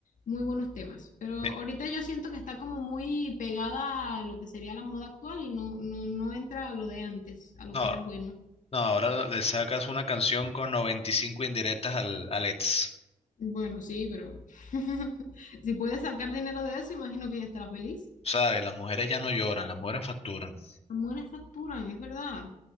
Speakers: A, on the left; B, on the left.
A: muy buenos temas, pero ahorita
B: Me-
A: yo siento que está como muy pegada a lo que sería la moda actual y no, no, no entra a lo de antes, a lo
B: No,
A: que era bueno.
B: no, ahora le sacas una canción con 95 indirectas al, al ex.
A: Bueno, sí, pero <laughs> si puedes sacar dinero de eso, imagino que ella estará feliz.
B: ¿Sabes? Las mujeres ya no lloran, las mujeres facturan.
A: Amores facturan, es verdad.